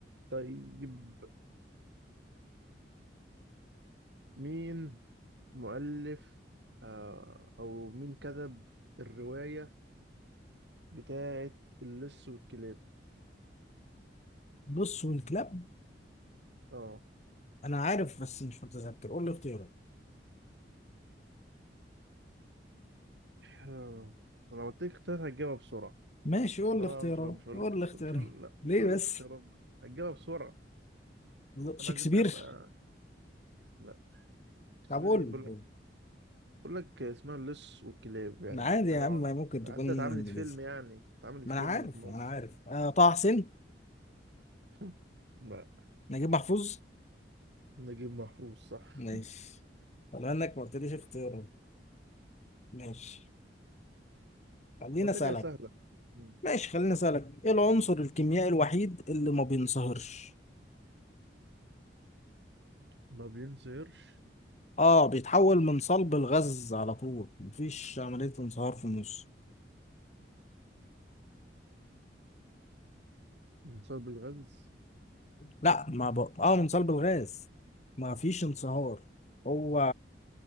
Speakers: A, on the right (about 75°); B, on the left (about 40°).
A: طيب مين مؤلف آه أو مين كتب الرواية بتاعة اللص والكلاب
B: بص والكلاب
A: اه
B: أنا عارف بس مش متذكر قول لي اختيارات
A: آه. أنا لو قلت لك اختيارات هتجاوبها بسرعة
B: ماشي قول
A: انا
B: لي
A: بقى
B: اختيارات
A: مش مش هقول
B: قول
A: لك اخت...
B: لي اختيارات
A: مش هقول لا
B: ليه
A: مش هقول
B: بس
A: لك اختيارات بقى هتجيبها بسرعه
B: شكسبير
A: انا عايزين بقى يبقى لا سيبيلي
B: طب قول
A: ايه بقول
B: لي
A: لك بقول لك اسمها اللص والكلاب يعني
B: عادي
A: حاجه
B: يا عم ما ممكن
A: حتى
B: تكون انجليزي
A: اتعملت فيلم يعني اتعملت
B: ما
A: فيلم
B: انا عارف
A: في مصر
B: ما انا عارف آه طه حسين
A: <laughs> لا
B: نجيب محفوظ
A: نجيب محفوظ صح
B: ماشي ولا انك ما قلتليش اختيارات ماشي
A: <laughs>
B: خليني
A: قلت
B: اسالك
A: كده سهله مم.
B: ماشي خليني اسالك ايه العنصر الكيميائي الوحيد اللي ما بينصهرش
A: ما بينزهرش
B: اه بيتحول من صلب الغاز على طول مفيش عملية انصهار في النص
A: بسبب الغاز
B: لا ما ب... اه من صلب الغاز ما فيش انصهار هو